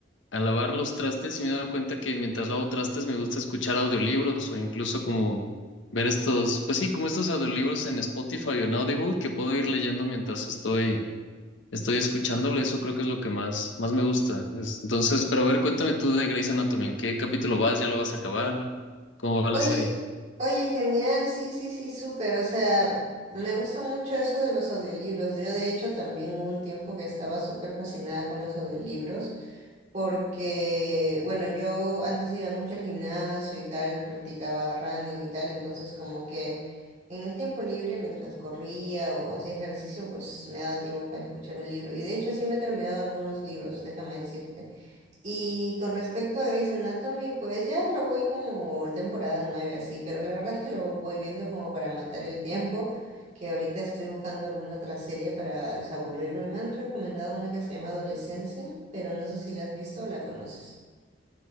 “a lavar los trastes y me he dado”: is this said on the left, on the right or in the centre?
Left